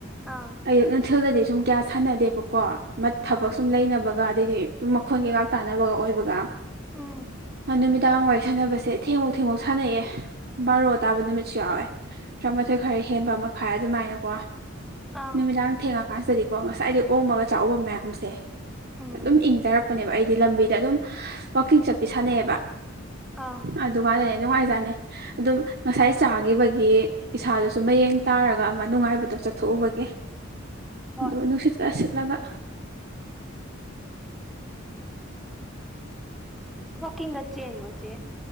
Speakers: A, in the centre; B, on the right.
A: ꯑꯥ
B: ꯑꯌꯨꯛ ꯅꯨꯡꯊꯤꯜꯗꯗꯤ꯫ ꯁꯨꯝ ꯀꯌꯥ ꯁꯥꯟꯅꯗꯦꯕꯀꯣ ꯊꯕꯛ
A: ꯑꯥ
B: ꯁꯨꯝ ꯂꯩꯅꯕꯒ ꯑꯗꯒꯤ꯫ ꯁꯨꯝ ꯃꯈꯣꯟ ꯀꯩꯀꯥ ꯇꯥꯅꯕꯒ ꯑꯣꯏꯕꯒ
A: ꯎꯝ
B: ꯅꯨꯃꯤꯠ꯫ ꯗꯥꯡ ꯋꯥꯏ ꯁꯥꯟꯅꯕꯁꯦ ꯊꯦꯡꯃꯣꯛ ꯊꯦꯡꯃꯣꯛ ꯁꯥꯟꯅꯩꯑꯦ ꯕꯥꯔꯣ ꯇꯥꯕ ꯅꯨꯃꯤꯠ꯫ ꯁꯨꯌꯥꯎꯋꯦ ꯇꯔꯥꯃꯥꯊꯣꯏ ꯈꯔ ꯍꯦꯟꯕ ꯃꯈꯥꯏ ꯑꯗꯨꯃꯥꯏꯅꯀꯣ꯫
A: ꯑꯥ
B: ꯅꯨꯃꯤꯗꯥꯡ ꯊꯦꯡꯉꯀꯥꯟꯁꯤꯗꯗꯤꯀꯣ ꯉꯁꯥꯏꯗꯤ ꯑꯣꯝꯃꯒ ꯆꯥꯛ ꯎꯕ ꯃꯌꯥꯝꯁꯦ꯫
A: ꯎꯝ
B: ꯑꯗꯨꯝ ꯏꯪꯊꯔꯛꯄꯅꯦꯕ ꯑꯩꯗꯤ ꯂꯝꯕꯤꯗ ꯑꯗꯨꯝ ꯋꯥꯛꯀꯤꯡ ꯆꯠꯄꯤ ꯁꯥꯟꯅꯩꯑꯦꯕ꯫
A: ꯑꯥ
B: ꯑꯗꯨ ꯀꯥꯟꯅꯅꯦ ꯅꯨꯡꯉꯥꯏꯖꯠꯅꯤ ꯑꯗꯨꯝ ꯉꯁꯥꯏ꯫ ꯆꯥꯈꯤꯕꯒꯤ ꯏꯁꯥꯗꯨꯁꯨ ꯃꯌꯦꯡ ꯇꯥꯔꯒ ꯑꯃ ꯅꯨꯡꯉꯥꯏꯕꯗꯣ ꯆꯠꯊꯣꯛꯎꯕꯒꯤ꯫
A: ꯍꯣꯏ
B: ꯑꯗꯣ ꯅꯨꯡꯁꯤꯠꯀ ꯁꯤꯠꯂꯕ꯫
A: ꯋꯥꯀꯤꯡꯒ ꯆꯦꯟꯕꯣꯔ ꯆꯦ꯫